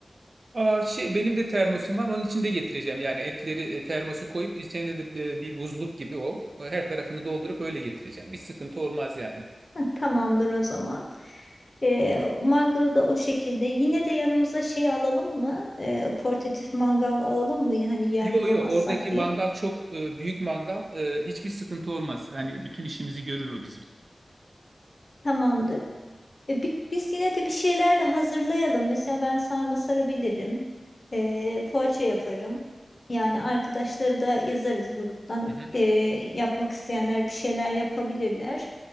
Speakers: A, on the right; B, on the left.
A: Aa, şey benim de termosum var onun içinde getireceğim yani etleri e, termosu koyup içine de e, bir buzluk gibi o E, her tarafını doldurup öyle getireceğim bir sıkıntı olmaz yani.
B: Tamamdır o zaman. E, mangalda o şekilde. Yine de yanımıza şey alalım mı? E, portatif mangal alalım mı? Hani yer
A: Yo
B: bulamazsak
A: yo oradaki
B: diye.
A: mangal çok e, büyük mangal. E, hiçbir sıkıntı olmaz. Hani bütün işimizi görür o bizim.
B: Tamamdır. E, bi- biz yine de bir şeyler de hazırlayalım. Mesela ben sarma sarabilirim. E, poğaça yaparım. Yani arkadaşları da yazarız gruptan.
A: Hı hı.
B: E, yapmak isteyenler bir şeyler yapabilirler.